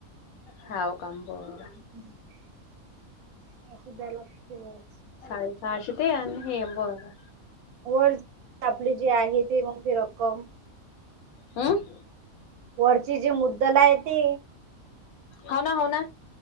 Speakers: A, on the left; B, on the right.
A: हाव का बरं.
B: <inaudible> असं द्या लागतीलचं.
A: साडे सहाशे ते आणि हे बरं.
B: वर आपली जे आहे ते मग ती रक्कम
A: हम्म.
B: वरची जी मुद्दल हाय ते.
A: हो ना हो ना.